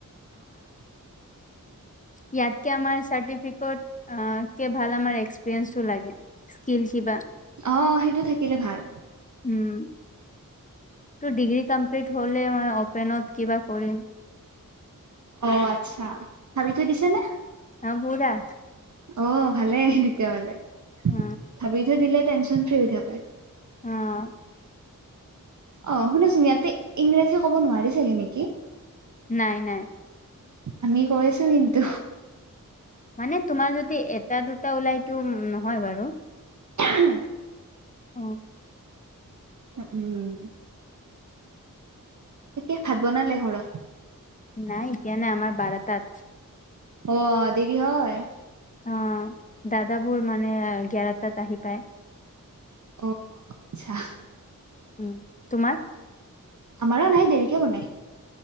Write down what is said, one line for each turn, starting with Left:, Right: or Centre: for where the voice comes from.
Right: <inaudible>
Left: ইয়াত কে আমাৰ চাৰ্টিফিকেট আহ কে ভাল আমাৰ এক্সপিৰিঞ্জটো লাগে কিল কিবা
Right: অ সেইটো থাকিলে ভাল
Left: উম তো ডিগ্ৰী কমপ্লিট হ'লে মই অপেনত কিবা কৰিম
Right: অ আচ্ছা ভাবি থৈ দিছে নে
Left: গামবুঢ়া
Right: অ ভালেই তেতিয়াহলে,
Left: অ
Right: ভাবি থৈ দিলে টেনচন ফ্ৰি হৈ থাকে।
Left: অহ।
Right: অ শুনাচোন, ইয়াতে ইংৰাজী ক'ব নোৱাৰি চাগে নেকি?
Left: নাই নাই।
Right: আমি কই আছো কিন্তু।
Left: মানে তোমাৰ যদি এটা -দুটা ওলাইতো নহয় বাৰু।
Right: আহঃ
Left: অ।
Right: উম। এতিয়া ভাত বনালে ঘৰত?
Left: নাই এতিয়া নাই আমাৰ বাৰটাত।
Right: অ, দেৰি হয়।
Left: অ দাদাবোৰ মানে গেৰাটাত আহি পায়।
Right: অ, আতচ্ছা।
Left: উম, তোমাৰ?
Right: আমাৰো নাই দেৰিকে বনায়।